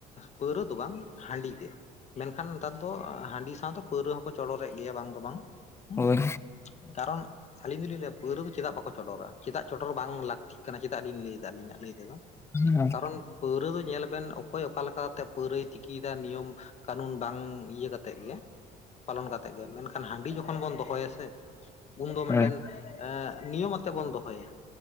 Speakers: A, on the left; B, on the left.
A: ᱯᱟᱹᱣᱨᱟᱹ ᱫᱚ ᱵᱟᱝ ᱦᱟᱺᱰᱤ ᱜᱮ ᱢᱮᱱᱠᱷᱟᱱ ᱱᱮᱛᱟᱨ ᱫᱚ ᱦᱟᱺᱰᱤ ᱥᱟᱶᱛᱮ ᱯᱟᱹᱣᱨᱟᱹ ᱦᱚᱸᱠᱚ ᱪᱚᱰᱚᱨᱮᱫ ᱜᱮᱭᱟ ᱵᱟᱝ ᱫᱚ ᱵᱟᱝ ᱦᱮᱸ
B: ᱦᱳᱭ
A: ᱠᱟᱨᱚᱱ ᱟᱹᱞᱤᱧ ᱫᱚᱞᱤᱧ ᱞᱟᱹᱭᱟ ᱯᱟᱹᱣᱨᱟᱹ ᱫᱚ ᱪᱮᱫᱟᱜ ᱵᱟᱠᱚ ᱪᱚᱰᱚᱨᱟ ᱪᱮᱫᱟᱜ ᱪᱚᱰᱚᱨ ᱵᱟᱝ ᱞᱟᱹᱠᱛᱤᱜ ᱠᱟᱱᱟ ᱪᱮᱫᱟᱜ ᱞᱤᱧ ᱞᱟᱹᱭ ᱫᱟ ᱟᱹᱞᱤᱧᱟᱜ ᱞᱟᱹᱭ ᱛᱮᱫᱚ
B: ᱦᱳᱭ
A: ᱠᱟᱨᱚᱱ ᱯᱟᱹᱣᱨᱟᱹ ᱫᱚ ᱧᱮᱞ ᱵᱮᱱ ᱚᱠᱚᱭ ᱚᱠᱟ ᱞᱮᱠᱟᱛᱮ ᱯᱟᱹᱣᱨᱟᱹᱭ ᱛᱤᱠᱤᱭᱮᱫᱟ ᱱᱤᱭᱚᱢ ᱠᱟᱹᱱᱩᱱ ᱵᱟᱝ ᱤᱭᱟᱹ ᱠᱟᱛᱮ ᱠᱟᱛᱮ ᱜᱮ ᱯᱟᱞᱚᱱ ᱠᱟᱛᱮ ᱜᱮ ᱢᱮᱱᱠᱷᱟᱱ ᱦᱟᱺᱰᱤ ᱡᱚᱠᱷᱚᱱ ᱵᱚᱱ ᱫᱚᱦᱚᱭᱟ ᱥᱮ ᱩᱱ ᱫᱚ ᱢᱤᱫᱴᱮᱱ
B: ᱦᱳᱭ
A: ᱮᱸ ᱱᱤᱭᱚᱢ ᱟᱛᱮᱜ ᱵᱚᱱ ᱫᱚᱦᱚᱭᱟ᱾